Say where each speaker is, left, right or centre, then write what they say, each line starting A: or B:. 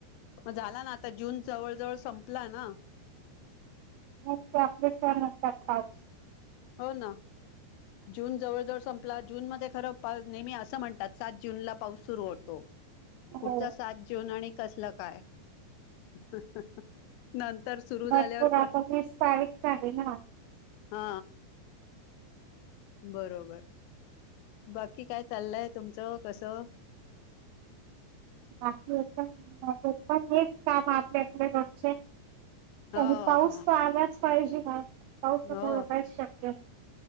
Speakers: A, on the left; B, on the right.
A: मग झाला ना, आता जून जवळ जवळ संपला ना.
B: मग ते आपले सण असतात पाऊस
A: हो ना जून जवळ जवळ संपला जून मध्ये खरं पा नेहमी असं म्हणतात, सात जूनला पाऊस सुरू होतो.
B: हो
A: कुठचा सात जून आणि कसलं काय? ह ह ह नंतर सुरु
B: भरपूर
A: झाल्यावर
B: आता
A: पड
B: वीस तारीख झाली ना
A: हा. बरोबर बाकी काय चाललंय तुमचं कसं?
B: बाकी एकदम मजेत, पण हेच काम आपले रोजचे.
A: हो
B: आणि पाऊस
A: हो
B: तर आलाच पाहिजे म, पाऊसामुळं
A: हो
B: काहीचं शक्य नाही.